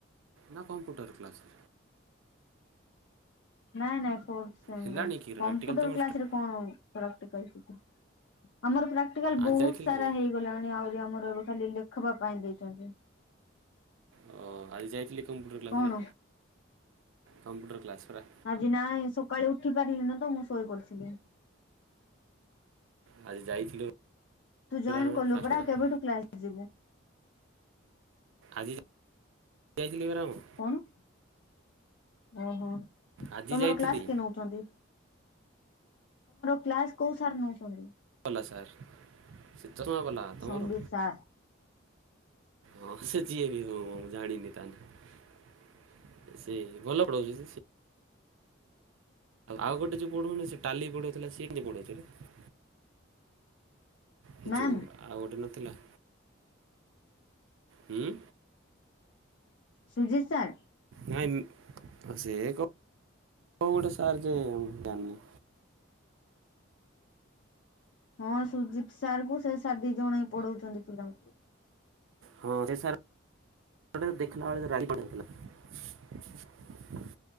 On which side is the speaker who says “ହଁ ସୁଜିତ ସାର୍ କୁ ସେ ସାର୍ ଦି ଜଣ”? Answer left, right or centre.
Left